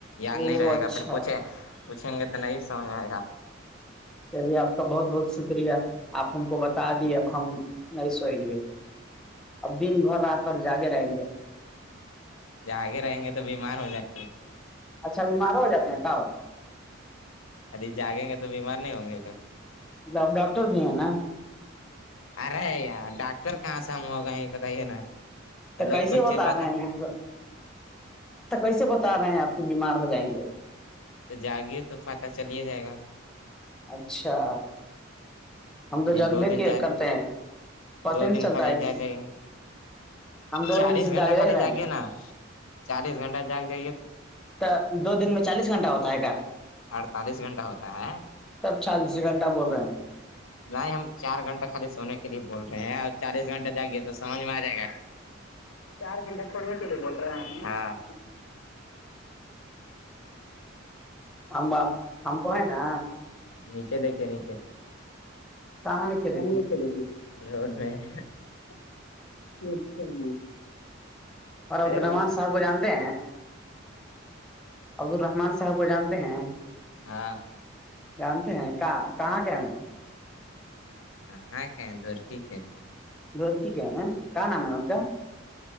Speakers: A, on the left; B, in the centre.
A: یاد
B: او
A: نہیں رہے
B: اچھا
A: گا پھر پوچھے پوچھیں گے تو نہیں سمجھ آئے گا
B: یعنی اپ کا بہت بہت شکریہ اپ ان کو بتا دیا اب ہم نہیں سوئیں گے اب دن بھر رات بھر جاگے رہیں گے
A: ج آگے رہیں گے تو بیمار ہو جائے گے
B: اچھا بیمار ہو جاتے ہیں تؤ
A: ابھی جاگیں گے تو بیمار نہیں ہوں گے گا
B: مطلب اب ڈاکٹر بھی ہیں نا
A: ارے یار ڈاکٹر کہاں سے ہم ہوگئے یہ بتائیے نا مطلب
B: تو کیسے
A: کچھ
B: بتا
A: چیز
B: رہے ہیں تو کیسے بتا رہے ہیں آپ کے بیمار ہو جائیں گے
A: تو جاگیے تو پتا چل ہی جائے گا <unintelligible>
B: اچھا ہم تو
A: خالی
B: جگبے
A: دو دن جا
B: کرتے ہیں پتہ
A: دو
B: نہیں
A: دن
B: چلتا
A: خالی
B: ہے
A: جا
B: کہ
A: جائے گے
B: ہم دو
A: چالیس
B: دن سے
A: گھنٹہ خالی
B: رہے
A: جاگے
B: ہیں
A: نا چالیس گھنٹہ جا کے جائیے تو
B: تو دو دن میں چالیس گھنٹہ ہوتا ہے کیا
A: اڑتالیس گھنٹہ ہوتا ہے
B: تب چالیس گھنٹہ بول رہے ہیں <unintelligible>
A: نہیں ہم چار گھنٹہ خالی سونے کے لیے بول رہے ہیں اور چالیس گھنٹہ جاگیے تو سمجھ میں آ جائے گا چار گھنٹہ سھوڑنے کے لیے بول رہے ہیں
B: ہم آپ ہم کو ہے نا
A: نیچے دیکھے نیچے
B: کہاں نیچے
A: وہ
B: دیکھیں
A: چلے روڈ میں <unintelligible> اچھا جی <inaudible>
B: اور
A: ارے
B: عبد الرحمان صاحب کو جانتے عبدالرحمان صاحب کو جانتے ہیں
A: <unintelligible> ہاں
B: جانتے ہیں کہ کہاں کیا ہیں وہ
A: ہاں ہےاں کیا دور کی کے
B: درکی کے ہیں کہاں نام ہے ان کا